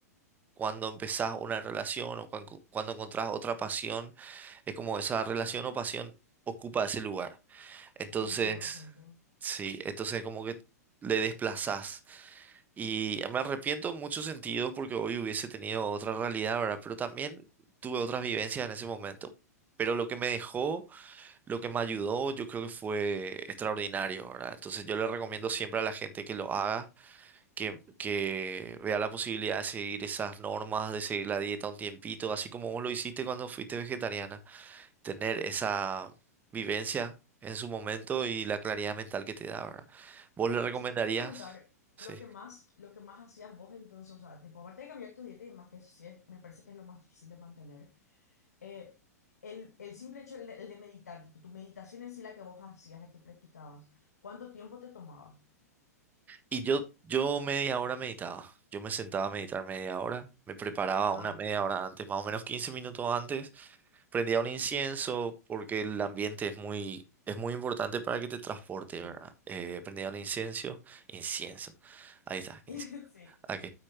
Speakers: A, on the right; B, on the left.
A: cuando empezás una relación o cuan- cuando encontrás otra pasión, es como esa relación o pasión ocupa ese lugar. Entonces,
B: Sí, 100%.
A: sí, entonces como que le desplazás. Y me arrepiento en muchos sentidos porque hoy hubiese tenido otra realidad, ¿verdad? Pero también tuve otras vivencias en ese momento. Pero lo que me dejó, lo que me ayudó, yo creo que fue extraordinario, ¿verdad? Entonces yo le recomiendo siempre a la gente que lo haga que, que vea la posibilidad de seguir esas normas, de seguir la dieta un tiempito, así como vos lo hiciste cuando fuiste vegetariana, tener esa vivencia en su momento y la claridad mental que te da, ¿verdad? ¿Vos le recomendarías?
B: Si te puedo preguntar
A: Sí.
B: lo que más, lo que más hacías vos entonces, o sea, tipo, aparte de cambiar tu dieta y demás, que eso sí es- me parece que es lo más difícil de mantener, eh, el, el simple hecho el de, el de meditar, tipo, tu meditación en sí, la que vos hacías, la que practicabas, ¿cuánto tiempo te tomaba?
A: Y yo, yo media hora meditaba, yo me sentaba a meditar media hora, me preparaba una
B: Ah,
A: media hora antes, más o menos 15 minutos antes, prendía un incienso porque el ambiente es muy, es muy importante para que te transporte,
B: sí.
A: ¿verdad? Eh, prendía un incienso, incienso, ahí está, incienso.
B: <laughs> Sí.
A: ok.